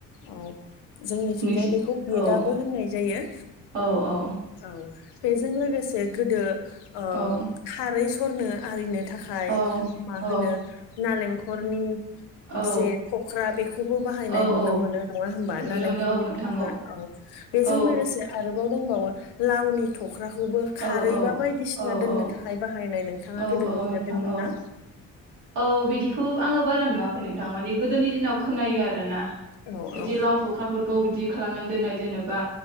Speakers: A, on the left; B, on the right.
A: औ जोंनिथिंजाय
B: नोंसि
A: बिखौ बे
B: औ
A: दाबो होननाय जायो।
B: औ औ।
A: औ बेजों लोगोसे गोदो ओ
B: औ
A: खारै सरनो आरिनो। थाखाय
B: औ
A: मा
B: औ
A: होनो नालेंखरनि
B: औ
A: जे थख्रा बेखौबो बाहायनाय
B: औ
A: नुनो
B: औ
A: मोनो नङा होमबा
B: नुनो
A: नालेंखलनि
B: मोनो औ नोंथां
A: थख्रा औ। बेजों
B: औ
A: लोगोसे आरोबाव दंबावो लावनि थख्राखौबो खारै
B: औ औ
A: बा बायदिसिना
B: औ
A: दोननो
B: औ
A: थाखाय बाहायनाय नो नोंथाङा
B: औ
A: गोदो
B: औ
A: नुफेरदोंमोन
B: नोंथां औ
A: ना?
B: औ बिदिखौ आङो बारा नुवाखै नोंथां मानि गोदोनि दिनाव खोनायो आरो। आरोना
A: औ
B: बिदि
A: औ
B: लाव थख्राफोरखौ बिदि खालामनानै दोननाय जेनेबा